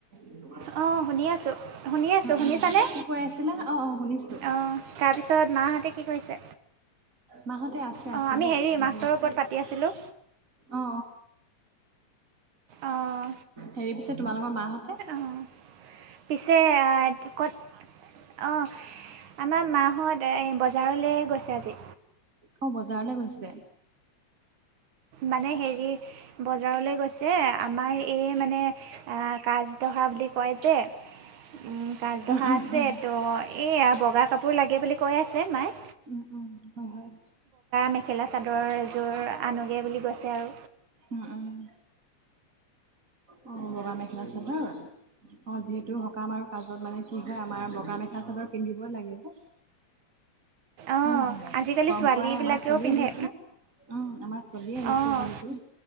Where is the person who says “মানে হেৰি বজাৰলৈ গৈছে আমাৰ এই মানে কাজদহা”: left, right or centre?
Right